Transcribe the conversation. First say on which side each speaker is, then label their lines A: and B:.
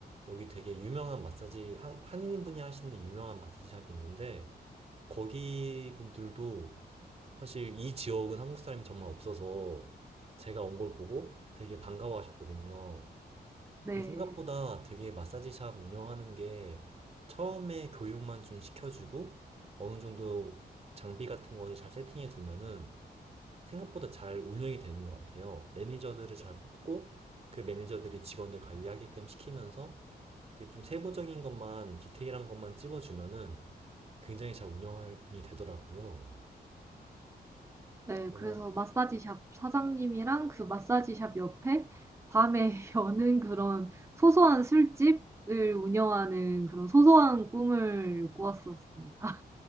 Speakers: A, on the right (about 40°); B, on the right (about 15°).
A: 여기 되게 유명한 마사지, 한, 한인분이 하시는 유명한 마사지 샵이 있는데, 거기 분들도 사실 이 지역은 한국 사람이 정말 없어서 제가 온 걸 보고 되게 반가워 하셨거든요.
B: 네.
A: 근데 생각보다 되게 마사지 샵 운영하는 게 처음에 교육만 좀 시켜주고 어느 정도 장비 같은 거를 잘 세팅해 두면은 생각보다 잘 운영이 되는 것 같아요. 매니저들을 잘 뽑고 그 매니저들이 직원들 관리하게끔 시키면서 이게 좀 세부적인 것만 디테일한 것만 찝어주면은 굉장히 잘 운영이 되더라고요.
B: 네
A: 그래서
B: 그래서 마사지 샵 사장님이랑 그 마사지 샵 옆에 밤에 <laughs> 여는 그런 소소한 술집을 운영하는 그런 소소한 꿈을 꾸었었습니다.